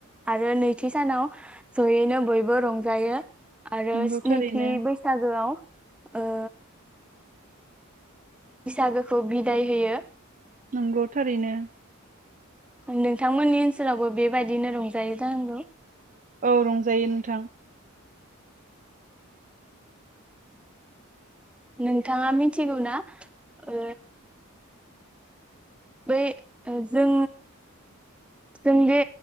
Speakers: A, in the centre; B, on the right.
A: आरो नैथि सानाव जयैनो बयबो रंजायो। आरो
B: नंगौ
A: स्निथि
B: थारैनो
A: बैसागोआव। ओ। बैसागोखौ बिदाय होयो।
B: नंगौ थारैनो।
A: नोंथांमोननि ओनसोलावबो बेबायदिनो रंजायो जानांगौ।
B: औ रंजायो नोंथां।
A: नोंथाङा मिथिगौ ना ओ। बै जों जों बे